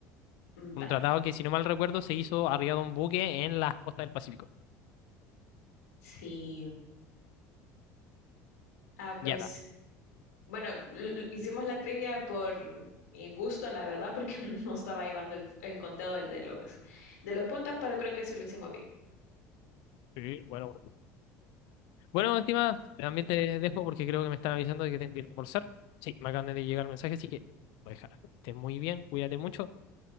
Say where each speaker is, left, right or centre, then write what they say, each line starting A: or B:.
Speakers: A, on the left; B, on the left.
A: Vaya.
B: Un tratado que, si no mal recuerdo, se hizo arriba de un buque en las costas del Pacífico.
A: Sí, ah, pues
B: Ya está.
A: bueno, l- l- hicimos la trivia por eh, gusto, la verdad, porque <laughs> no estaba llevando el, el conteo del- de, los, de los puntos, pero creo que sí lo hicimos bien.
B: Sí, bueno. Bueno, estimada, también te dejo porque creo que me están avisando de que tengo que ir a almorzar. Sí, me acaban de llegar el mensaje, así que déjala. Que estés muy bien, cuídate mucho.